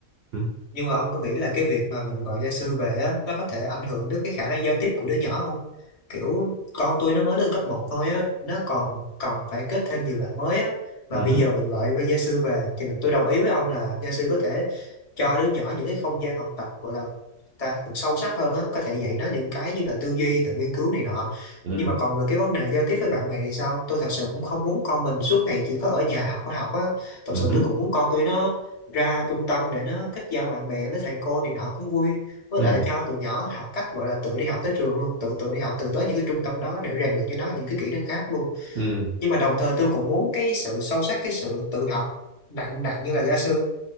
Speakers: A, on the right; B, on the left.
A: ừ
B: nhưng mà ông có nghĩ là cái việc mà mình gọi gia sư về á nó có thể ảnh hưởng đến cái khả năng giao tiếp của đứa nhỏ không? kiểu con tôi nó mới lên cấp một thôi á nó còn còn phải kết thêm nhiều bạn mới á mà
A: ừ
B: bây giờ mình gọi với gia sư về thì mình tôi đồng ý với ông là gia sư có thể cho đứa nhỏ những cái không gian học tập gọi là ta được sâu sắc hơn á có thể dạy nó những cái như là tư duy tự nghiên cứu này nọ
A: ừ
B: nhưng mà còn về cái vấn đề giao tiếp với bạn bè thì sao tôi thật sự cũng không muốn con mình suốt ngày chỉ có ở nhà học có học á thật
A: ừ
B: sự
A: ừ
B: tôi cũng muốn con tôi nó ra trung tâm để nó kết giao bạn bè với thầy cô này nọ cũng vui với
A: ừ
B: lại cho tụi nhỏ học cách gọi là tự đi học tới trường luôn tự tự đi học tự tới những cái trung tâm đó để rèn luyện cho nó những cái kỹ năng khác luôn
A: ừ
B: nhưng mà đồng thời tôi cũng muốn cái sự sâu sắc cái sự tự học nặng nặng như là gia sư